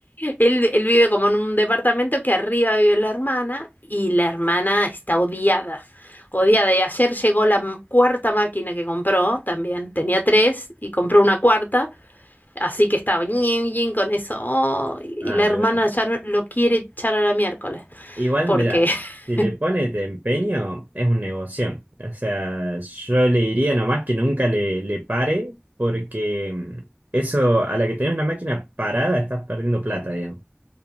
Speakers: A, on the left; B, on the right.
A: Él, él vive como en un departamento que arriba vive la hermana y la hermana está odiada. Odiada. Y ayer llegó la m- cuarta máquina que compró también. Tenía tres y compró una cuarta. Así que estaba ñin, ñin con eso. Oh, y
B: Ah,
A: la hermana
B: pero
A: ya no, lo quiere echar a la miércoles.
B: Igual,
A: Porque,
B: mira,
A: <laughs>
B: si le pone de empeño, es un negocio. O sea, yo le diría nomás que nunca le, le pare, porque mm, eso, a la que tenés una máquina parada, estás perdiendo plata, digamos.